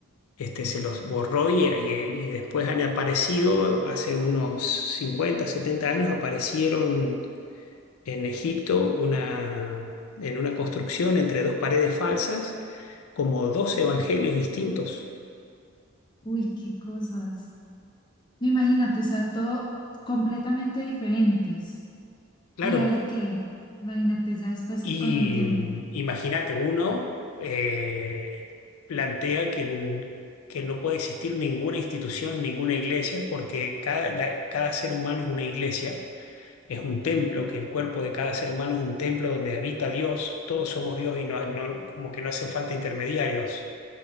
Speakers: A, on the left; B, on the left.
A: este, se los borró y, y- y después han aparecido, hace unos 50, 70 años, aparecieron en Egipto una, en una construcción entre dos paredes falsas como dos evangelios distintos.
B: Uy, qué cosas. No, Imagínate, o sea, todo completamente diferentes.
A: Claro,
B: ¿Y ahí qué? Imagínate ya después
A: Y
B: es con el tiempo.
A: mm, imagínate, uno eh, plantea que, n- que no puede existir ninguna institución, ninguna iglesia, porque cada, la- cada ser humano es una iglesia, es un templo, que el cuerpo de cada ser humano es un templo donde habita Dios, todos somos Dios y no, no- como que no hacen falta intermediarios.